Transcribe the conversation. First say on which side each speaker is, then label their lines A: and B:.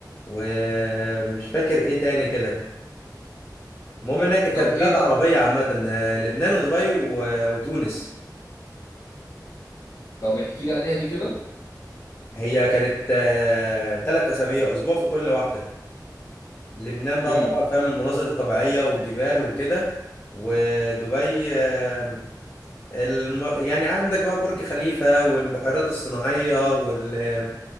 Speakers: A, on the left; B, on the left.
A: ومش فاكر ايه تاني كده المهم انها ك- كانت
B: طب ايه
A: بلاد
B: ده
A: عربية عامة آه، لبنان ودبي و... وتونس
B: طب احكي لي عليها دي كده
A: هي كانت ثلاث أسابيع أسبوع في كل واحدة لبنان
B: امم
A: بقى طبعا فاهم المناظر الطبيعية والجبال وكده ودبي آه، الم... يعني عندك بقى برج خليفة والبحيرات الصناعية وال...